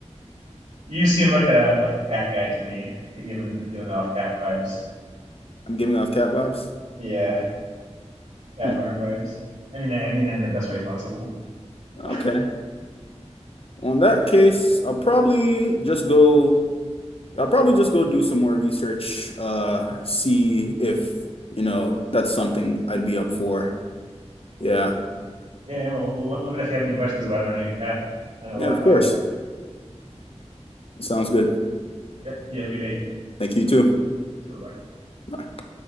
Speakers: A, on the right; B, on the left.
A: You seem like a like a cat guy to me. You're giving giving off cat vibes.
B: I'm giving off cat vibes.
A: Yeah, cat
B: Hmm.
A: owner vibes. I mean, I mean that in the best way possible. <laughs>
B: Okay.
A: Uh,
B: Well, in that case, I'll probably just go I'll probably just go do some more research, uh, see if, you know, that's something I'd be up for. Yeah.
A: yeah, well, let let me know if you have any questions about owning a cat. I know
B: Yeah,
A: a lot
B: of
A: about
B: course.
A: it.
B: Sounds good.
A: Yep. You have a good day.
B: Thank you too.
A: Bye bye.
B: Bye.